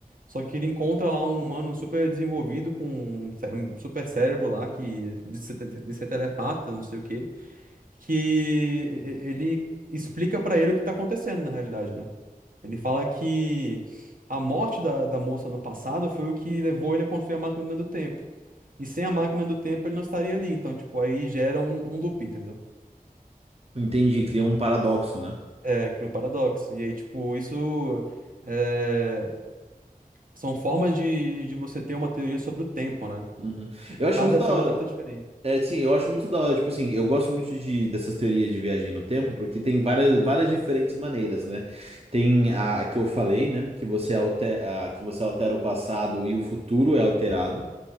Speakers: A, on the right (about 65°); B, on the right (about 40°).
A: Só que ele encontra lá um humano super desenvolvido com um cé- um super cérebro lá que diz ser diz ser telepata, não sei o quê que ele explica pra ele o que tá acontecendo na realidade, né? Ele fala que a morte da, da moça no passado foi o que levou ele a construir a máquina do tempo. E sem a máquina do tempo ele não estaria ali. Então, tipo, aí gera um, um loop, entendeu?
B: Entendi, cria um paradoxo, né?
A: É, cria um paradoxo. E aí, tipo, isso é, são formas de, de você ter uma teoria sobre o tempo, né?
B: Uhum.
A: Tipo,
B: Eu acho
A: Cada
B: muito da
A: filme
B: hora.
A: adapta diferente.
B: É, sim, eu acho muito da hora. Tipo assim, eu gosto muito de, dessas teorias de viagem no tempo, porque tem várias, várias diferentes maneiras, né? Tem a, a que eu falei, né? Que você altera, a, que você altera o passado e o futuro é alterado.